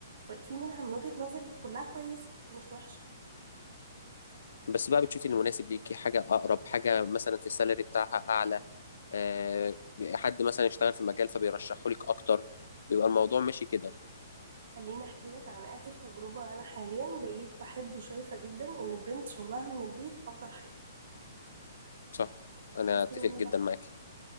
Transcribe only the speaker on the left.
بس بقى بتشوفي المناسب ليكي حاجة أقرب حاجة مثلا في السالري بتاعها أعلى آه، حد مثلا يشتغل في مجال فبيرشحه لك أكتر بيبقى الموضوع ماشي كده
صح أنا
أتفق
جدا
معاكي